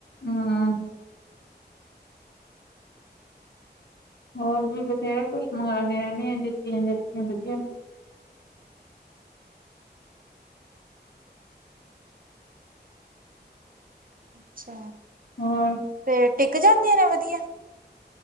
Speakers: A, on the left; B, on the right.
A: ਹਾਂ। ਹੋਰ ਵੀ ਬਥੇਰਾ ਕੁਛ ਮੰਗਾਣੇ ਰਹਿਣੇ ਆ ਜਿੱਤੀਆਂ ਜਤੀਆਂ ਵਧੀਆ
B: ਅੱਛਾ।
A: ਹੂੰ।
B: ਤੇ ਟਿੱਕ ਜਾਂਦੀਆਂ ਨੇ ਵਧੀਆ।